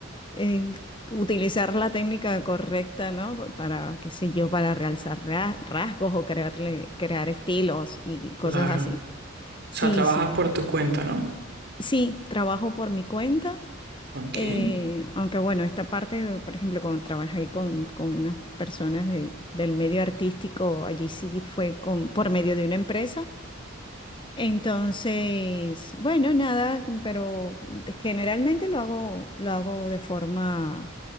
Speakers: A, on the left; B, on the right.
A: eh, utilizar la técnica correcta, ¿no? Pa- Para, qué sé yo, para realzar ra- rasgos o crearle, crear estilos y cosas
B: claro.
A: así. Sí,
B: O sea, trabajas
A: sí.
B: por tu cuenta, ¿no?
A: Sí, trabajo por mi cuenta.
B: Ok,
A: eh, aunque bueno, esta parte, por ejemplo, cuando trabajé con, con unas personas de- del medio artístico, allí sí fue con, por medio de una empresa. Entonces, bueno, nada, pero generalmente lo hago, lo hago de forma,